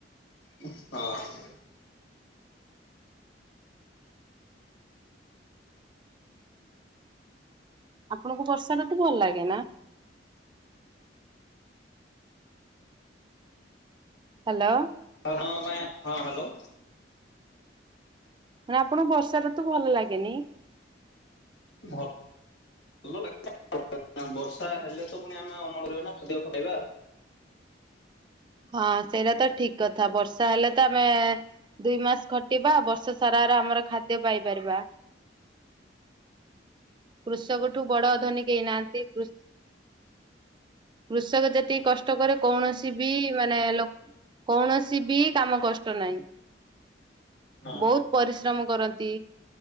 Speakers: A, on the left; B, on the right.
A: ହଁ।
B: ଆପଣଙ୍କୁ ବର୍ଷା ଋତୁଭଲ ଲାଗେ ନା? ହ୍ୟାଲୋ।
A: <inaudible> ହଁ ହଁ ହ୍ୟାଲୋ।
B: ମାନେ ଆପଣଙ୍କୁ ବର୍ଷା ଋତୁ ଭଲ ଲାଗେନି?
A: ଭ ଭଲ ଲାଗେ ବର୍ଷା ହେଲେ ତ ପୁଣି ଆମେ ଅମଳ କରିବା ନା ଖାଦ୍ୟ ଖାଇବା।
B: ହଁ ସେଇଟା ତ ଠିକ କଥା। ବର୍ଷା ହେଲେ ତ ଆମେ ଦୁଇ ମାସ ଖଟିବା ବର୍ଷ ସାରା ରା ଆମର ଖାଦ୍ୟ ପାଇପାରିବା। କୃଷକ ଠୁ ବଡ ଧନୀ କେହି ନାହାନ୍ତି କୃ କୃଷକ ଯେତିକି କଷ୍ଟ କରେ କୌଣସି ବି ମାନେ ଲୋକ କୌଣସି ବି କାମ କଷ୍ଟ ନାହିଁ।
A: ହଁ
B: ବହୁତ ପରିଶ୍ରମ କରନ୍ତି।